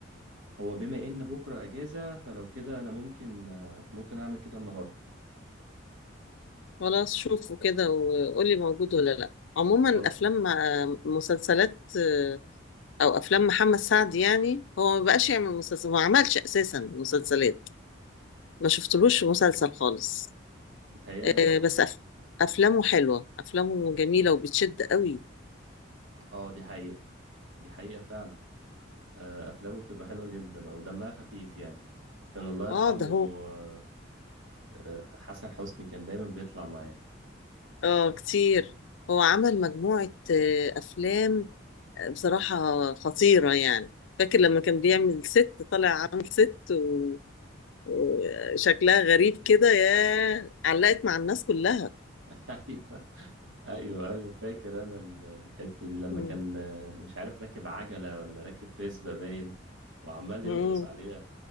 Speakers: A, on the right; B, on the left.
A: هو بما ان بكره اجازة فلو كده انا ممكن آه، ممكن اعمل كده النهارده
B: خلاص شوفه كده وقول لي موجود ولا لا عموما
A: خلاص
B: افلام مسلسلات آه، او افلام محمد سعد يعني هو ما بقاش يعمل مسلسل ما عملش اساسا مسلسلات ما شفتلوش في مسلسل خالص
A: بتهيالي
B: آه،
A: اه
B: بس أف... افلامه حلوه افلامه جميله وبتشد قوي
A: اه دي حقيقة دي حقيقة فعلا آه، افلامه بتبقى حلوة جدا او دمها خفيف يعني كان الله يرحمه
B: اه ده هو
A: آه، آه، حسن حسني كان دايما بيطلع معاه
B: اه كتير هو عمل مجموعه آه، افلام بصراحة خطيرة يعني فاكر لما كان بيعمل ست طالع عامل ست و... وشكلها غريب كده يا علقت مع الناس كلها
A: <laughs> ايوه ايوه ايوه فاكر انا ال- الحته دي لما
B: مم.
A: كان آه، مش عارف راكب عجله ولا راكب فيسبا باين وعمال
B: مم.
A: يرقص عليها